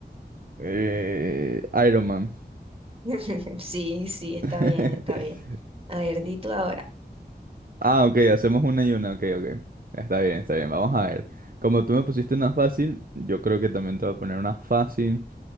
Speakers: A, on the right (about 55°); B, on the right (about 30°).
A: Eh, Iron Man.
B: <laughs> Sí, sí, está
A: <laughs>
B: bien, está bien. A ver, di tú ahora.
A: Ah, ok, hacemos una y una, ok, ok. Está bien, está bien, vamos a ver. Como tú me pusiste una fácil, yo creo que también te voy a poner una fácil.